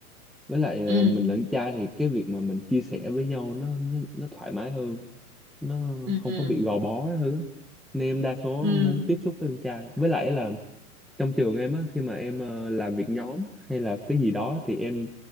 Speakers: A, in the centre; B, on the right.
A: với lại
B: ừ
A: ờ, mình là con trai thì cái việc mà mình chia sẻ với nhau nó nó, nó thoải mái hơn nó
B: ừ
A: không có bị gò bó cái thứ nên em đa số
B: ừ
A: muốn tiếp xúc với con trai với lại là trong trường em á khi mà em ờ, làm việc nhóm hay là cái gì đó thì em